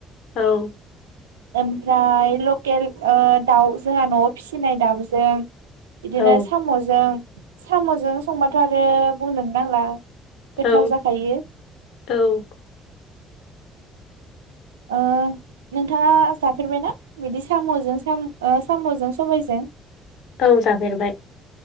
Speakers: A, on the left; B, on the right.
A: औ
B: ओमफ्राय लकेल ओ दाउ जोंहा न'आव फिसिनाय दाउजों बिदिनो
A: औ
B: साम'जों साम'जों संबाथ' आरो बुंनोनो नांला गोथाव
A: औ
B: जाखायो।
A: औ
B: ओ नोंथाङा जाफेरबायना बिदि साम'जों साम ओ सामजों सबायजों?
A: औ जाफेरबाय